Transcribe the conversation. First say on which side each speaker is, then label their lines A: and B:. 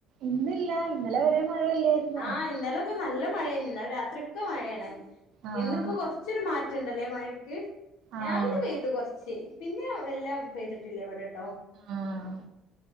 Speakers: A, on the right (about 60°); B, on the left (about 80°).
A: ഇന്നില്ല ഇന്നലെ വരെ മഴ എല്ലേയിരുന്നു
B: ആഹ് ഇന്നലൊക്കെ നല്ല മഴയേ ന്നലെ രാത്രി ക്കെ മഴയാണ്
A: ആഹ്
B: ഇന്നിപ്പോ കൊറച്ച് ച്ചിരി മാറ്റണ്ടല്ലേ മഴക്ക് രാവിലെ
A: ആഹ്
B: പെയ്തു കൊർച്ച് പിന്നെ വല്ലാ പെയ്തിട്ടില്ല ഇവിടട്ടോ
A: ആഹ്